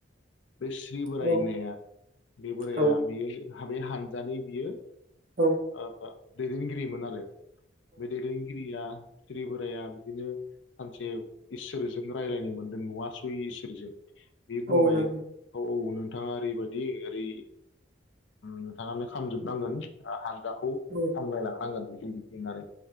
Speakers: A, on the left (about 75°); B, on the right (about 45°).
A: बे स्रि बोराय
B: औ
A: होननाया बे बोराइाया
B: औ
A: बियो हाबै हानजानि बियो
B: औ
A: ओ दैदेनगिरिमोन आरो बे दैदेनगिरिया ज <unintelligible> बोराया बिदिनो सानसे इसोरजोंनो रायज्लायनो मोन्दों नुवासै इसोरजों बे बुंबाय
B: औ नंगौ
A: औ औ नों नोंथाङा ओरैबायदि ओरै नोंथाङानो खामजोबनांगोन खौ
B: औ
A: सामलायलांनांगोन बि होननानै